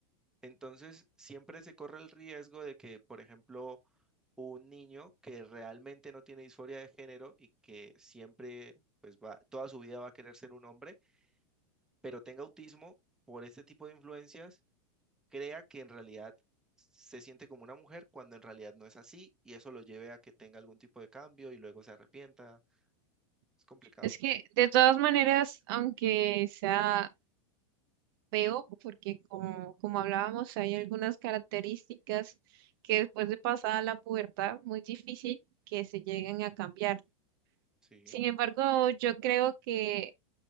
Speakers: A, in the centre; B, on the right (about 40°).
A: Entonces, siempre se corre el riesgo de que, por ejemplo, un niño que realmente no tiene disforia de género y que siempre, pues va, toda su vida va a querer ser un hombre, pero tenga autismo por este tipo de influencias, crea que en realidad se siente como una mujer cuando en realidad no es así y eso lo lleve a que tenga algún tipo de cambio y luego se arrepienta. Es complicado.
B: Es que de todas maneras, aunque sea feo porque como, como hablábamos, hay algunas características que después de pasada la pubertad, muy difícil que se lleguen a cambiar.
A: Sí.
B: Sin embargo, yo creo que